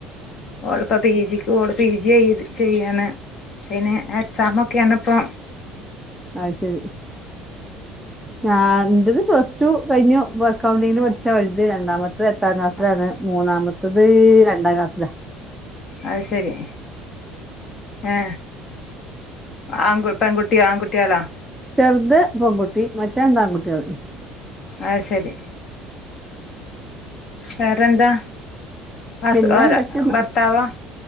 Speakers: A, on the left (about 40°); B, in the centre.
A: ഓളിപ്പ പി ജിക്ക് ഓള് പി ജി ചെയ്യാണ്. പിന്നെ എക്സാമൊക്കെയാണിപ്പോ.
B: അത്ശരി. എന്റെത് പ്ലസ് ടു കഴിഞ്ഞു. ഇപ്പോ കണ്ടിങ്ങിന് പഠിച്ച വലുത് രണ്ടാമത്തെത് എട്ടാം ക്ലാസത്തിലാണ്. മൂന്നാമത്തത് രണ്ടാം ക്ലാസ്സിലാ.
A: അത് ശരി. ഏ ആൺ പെൺകുട്ടിയ ആൺകുട്ടിയാളോ?
B: ചെറുത് പെൺകുട്ടി മറ്റേ രണ്ട് ആൺകുട്ടികള്.
A: ആഹ് ശരി. വേറെന്താ ഹസ്
B: പിന്നെ
A: ഓല
B: എന്തൊക്കെന്ന
A: ഭർത്താവോ